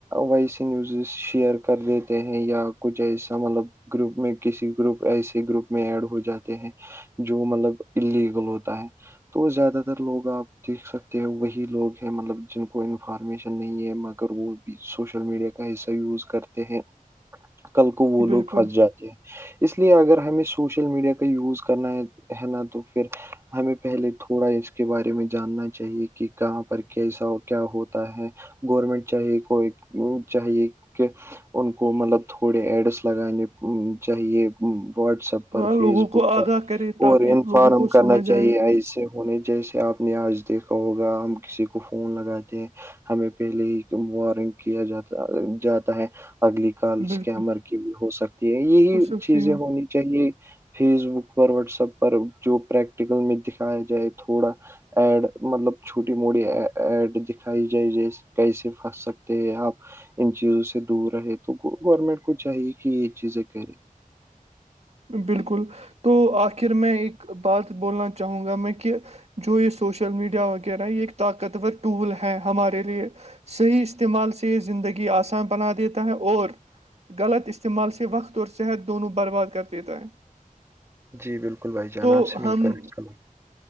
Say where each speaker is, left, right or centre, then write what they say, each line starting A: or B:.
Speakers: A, on the right (about 20°); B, on the right (about 50°).
A: ویسے نیوزز شیئر کر دیتے ہیں یا کچھ ایسا مطلب- گروپ میں کسی گروپ ایسے گروپ میں ایڈ ہو جاتے ہیں- جو مطلب اللیگل ہوتا ہے- تو زیادہ تر لوگ آپ دیکھ سکتے ہو وہی لوگ ہیں مطلب جن کو انفارمیشن نہیں ہے- وہ بھی سوشل میڈیا کا حصہ یوز کرتے ہیں کل کو وہ
B: بالکل
A: لوگ- پھنس اس لیے اگر ہمیں سوشل میڈیا کا یوز کرنا ہے ہے نا تو پھر- ہمیں پہلے تھوڑا اس کے بارے میں جاننا چاہیے کہ کہاں پر کیسا کیا ہوتا ہے- گورمنٹ چاہیے کوئی چاہیے کہ- ان کو مطلب تھوڑے ایڈس لگانے چاہیے واٹس ایپ- پر
B: ہاں
A: فیس
B: لوگوں
A: بک
B: کو آگاہ
A: پر
B: کرے تاکہ
A: اور انفارم
B: لوگوں کو
A: کرنا
B: سمجھ
A: چاہیے
B: آئے
A: ایسے ہونے جیسے آپ- نے آج دیکھا ہوگا ہم کسی کو فون لگاتے ہیں- ہمیں پہلے ہی وارننگ کیا جاتا جاتا ہے اگلی- کالس
B: بالکل
A: کےمر کی بھی ہو سکتی ہے یہی
B: ہو سکتی
A: چیزیں
B: ہے
A: ہونی- چاہیے فیس بک, پر واٹسپ پر, جو پریکٹیکل میں دکھایا جائے تھوڑا- ایڈ مطلب چھوٹی موٹی ایڈ دکھائی جائے جیس- کیسے پھنس سکتے ہیں آپ ان چیزوں سے دور رہے تو گورنمنٹ کو چاہیے کہ- چیزیں کر رہیں
B: بالکل تو آخر میں ایک بات بولنا چاہوں گا میں کہ جو اس- سوشل میڈیا وغیرہ یہ ایک طاقتور ٹول ہے ہمارے لیے- صحیح استعمال سے یہ زندگی آ- بنا دیتا ہے اور غلط استعمال سے وقت اور صحت دونوں برباد کرتا- ت ہے-
A: جی بالکل بھائی جان
B: تو
A: آب سے مل
B: ہم
A: کرل